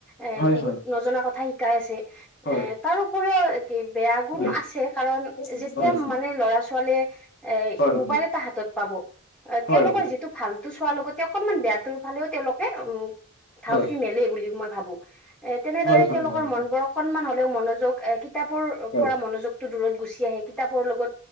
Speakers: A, in the centre; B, on the left.
A: এ
B: হয়
A: বহুত
B: হয়
A: নজনা কথা শিকাই আছে
B: হয়
A: এ তাৰ উপৰিও কি বেয়া গুণ
B: হয়
A: আছে। কাৰণ
B: হয়
A: যেতিয়া মানে ল'ৰা ছোৱালীয়ে এ
B: হয়
A: মোবাইল এটা হাতত পাব অ
B: হয়
A: তেওঁলোকৰ
B: হয়
A: যিটো ভালটো চোৱাৰ লগতে অকনমান বেয়া তোৰ ফালেও তেওঁলোকে উম ধাউতি
B: হয়
A: মেলে বুলি মই ভাবো এ তেনেদৰে
B: হয় হয়
A: তেওঁলোকৰ
B: হয়
A: মনবোৰ অকনমান হ'লেও মনোযোগ এ কিতাপৰ
B: হয়
A: পৰা মনোযোগ দূৰত গুচি আহে কিতাপৰ লগত